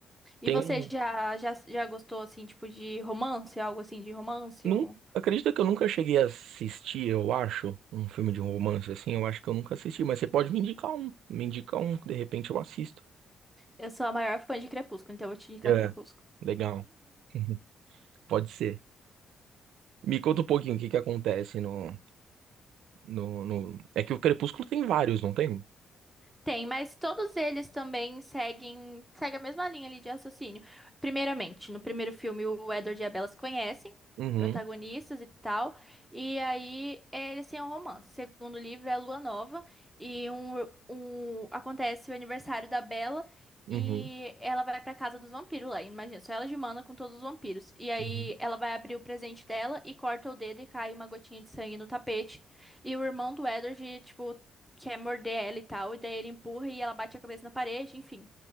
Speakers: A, in the centre; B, on the right.
A: E
B: Tem
A: você
B: um.
A: já, já, já gostou, assim, tipo, de romance? Algo assim de romance?
B: Não,
A: Eu,
B: acredita que eu nunca cheguei a assistir, eu acho, um filme de romance assim? Eu acho que eu nunca assisti, mas você pode me indicar um. Me indicar um, que de repente eu assisto.
A: eu sou a maior fã de Crepúsculo, então eu vou te indicar
B: É.
A: Crepúsculo.
B: Legal. <laughs> Pode ser. Me conta um pouquinho o que que acontece no, no, no- É que o Crepúsculo tem vários, não tem?
A: Tem, mas todos eles também seguem, seguem a mesma linha ali de raciocínio. Primeiramente, no primeiro filme, o Edward e a Bella se conhecem,
B: Uhum,
A: protagonistas e tal, e aí é, eles têm um romance. O segundo livro é Lua Nova, e um, um- acontece o aniversário da Bella,
B: uhum,
A: e ela vai pra casa dos vampiros lá. Imagina, só ela de mana com todos os vampiros. E aí
B: uhum.
A: ela vai abrir o presente dela e corta o dedo e cai uma gotinha de sangue no tapete. E o irmão do Edward, tipo, quer morder ela e tal, e daí ele empurra e ela bate a cabeça na parede, enfim.